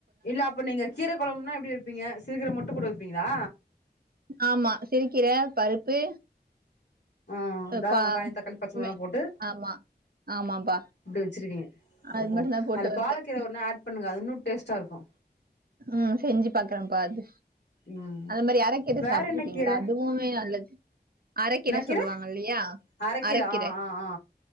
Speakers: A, on the left (about 80°); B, on the right (about 60°).
A: இல்ல அப்ப நீங்க கீர குழம்னா எப்டி வெப்பீங்க சிறுகீர மட்டு போட்டு வெப்பீங்ளா
B: ஆமா சிறுக்கீர பருப்பு
A: ஆ
B: அஹ்
A: இத
B: பா-
A: வெங்காய தக்காளி பச்சமுலவா
B: மெ-
A: போட்டு
B: ஆமா ஆமாப்பா
A: அப்டி வச்சிருக்கீங்க
B: அது
A: ஓஹோ
B: மட்டும் தான் போட்டு
A: அதுல
B: வைப்பேன்
A: பால கீர ஒர்னா ஆட் பண்ணுங்க அதுவுன்னு டேஸ்டா இருக்கு
B: ம் செஞ்சு பாக்றேப்பா அத்
A: ம்
B: அதமேரி அரக்கீர
A: வேற
B: சாப்ட்ருக்கீங்ளா
A: என்ன கீர
B: அதுவு மே நல்லது அரக்கீர
A: என்னா கீர
B: சொல்லுவாங்கல்லையா
A: அரக்கீர
B: அரைக்கீர
A: ஆ ஆ ஆ